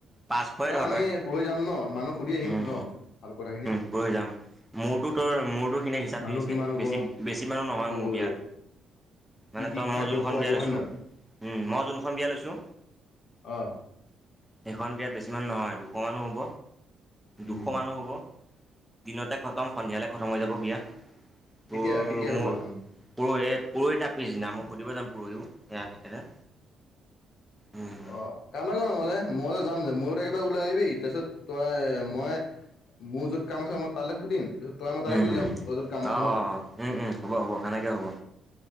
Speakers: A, in the centre; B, on the left (about 65°).
A: পাঁচশই
B: তেওঁ
A: ধৰ
B: আমি
A: তই
B: পৰহি যাম ন' মানুহক সুধি আহিম
A: উম
B: ন' ভাল কথাখিনি।
A: <unintelligible> যাম। মোৰটো তোৰ মোৰটো খিনে হিচাপ
B: মানুহ
A: দি দিছে
B: কিমান হ'ব
A: বেছি বেছি মানুহ নহয় মোৰ
B: <unintelligible>
A: বিয়াত মানে তই
B: খাদ্য
A: মই যোনখন
B: খুৱাব
A: বিয়া লৈছোঁ,
B: হয় নহয়
A: উম, মই যোনখন বিয়া লৈছোঁ।
B: অ
A: সেইখন বিয়াত বেছি মানুহ নহয় দুশ মানুহ হ'ব, দুশ
B: উম
A: মানুহ হ'ব। দিনতে খতম সন্ধিয়ালৈ খতম হৈ যাব বিয়। তোৰ
B: কেতিয়া কেতিয়া
A: মো
B: হ'ব এইখন
A: পৰহি পৰহি তাৰ পিছদিনা মই সুধিব যাম পৰহিও সেয়া সেইকাৰণে। উম
B: অ' কাম এটা কৰ নহ'লে মই যাম <unintelligible> <unintelligible> ওলাই আহিবি তাৰপিত তই মই, মোৰ য'ত কাম আছে মই তালে সুধিম তই আমাৰ তাৰে
A: উম
B: গৈ
A: উম
B: যাম, তই তোৰ কাম
A: অ
B: আছে
A: অ
B: ন'।
A: অ উম উম হ'ব হ'ব সেনেকৈ হ'ব